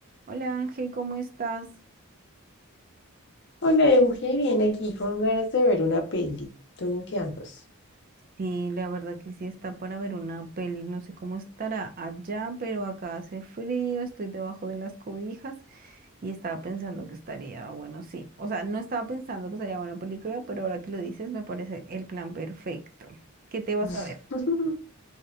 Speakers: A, on the right; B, on the left.
A: Hola Ángel, ¿cómo estás?
B: Hola, Euge, bien aquí con ganas de ver una peli. ¿Tú en qué andas?
A: Sí, la verdad que sí está para ver una peli. No sé cómo estará allá, pero acá hace frío, estoy debajo de las cobijas y estaba pensando que estaría bueno, sí. O sea, no estaba pensando que estaría buena película, pero ahora que lo dices me parece el plan perfecto. ¿Qué te vas
B: <laughs>
A: a ver?